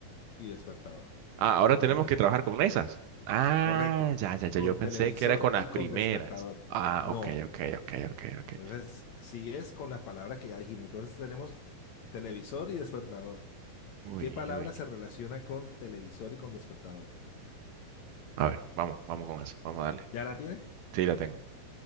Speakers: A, on the left (about 70°); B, on the right (about 75°).
A: y despertador.
B: Ah,
A: Entonces
B: ahora
A: tenemos,
B: tenemos que
A: te-
B: trabajar con esas. Ah,
A: correcto,
B: ya, ya, ya,
A: con
B: yo pensé
A: televisor
B: que era con las
A: y
B: primeras.
A: con despertador.
B: Ah,
A: No.
B: ok, ok, ok, ok, ok.
A: Entonces sigues con las palabras que ya dijimos. Entonces tenemos televisor y despertador.
B: Uy,
A: ¿Qué palabra
B: uy, uy.
A: se relaciona con televisor y con despertador?
B: A ver, vamos, vamos con eso. Vamos a darle.
A: ¿Ya la tienes?
B: Sí, la tengo.